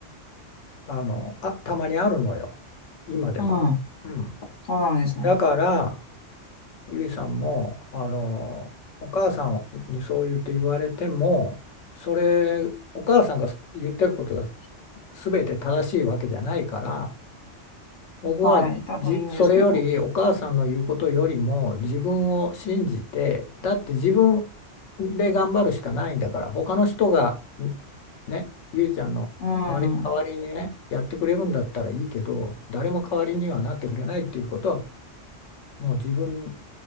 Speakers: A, on the left; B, on the left.
A: あのあたまにあるのよ今でも。
B: ん。うん。
A: うん、
B: そうなんですね。
A: だからゆいさんもあのお母さんにそう言って言われてもそれお母さんが言ってることが全て正しいわけじゃないから僕はじそれよりお母さんの言うことよりも自分を信じてだって自分で頑張るしかないんだから他の人が
B: はい。だといいんですけど。
A: ねゆいちゃんの代わり、
B: うん。
A: 代わりにねやってくれるんだったらいいけど誰も代わりにはなってくれないっていうことはもう自分